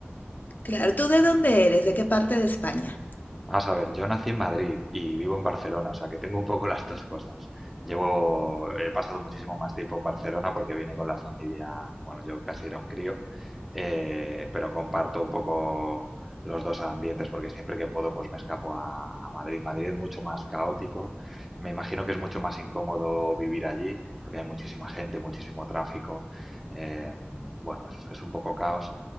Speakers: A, on the left; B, in the centre.
A: Claro, ¿tú de dónde eres? ¿De qué parte de España?
B: Vamos a ver, yo nací en Madrid y vivo en Barcelona, o sea que tengo un poco <laughs> las dos cosas. Llevo, he pasado muchísimo más tiempo en Barcelona porque vine con la familia, bueno, yo casi era un crío, eh, pero comparto un poco los dos ambientes porque siempre que puedo pues me escapo a, a Madrid. Madrid es mucho más caótico, me imagino que es mucho más incómodo vivir allí porque hay muchísima gente, muchísimo tráfico, eh, bueno, es, es un poco caos.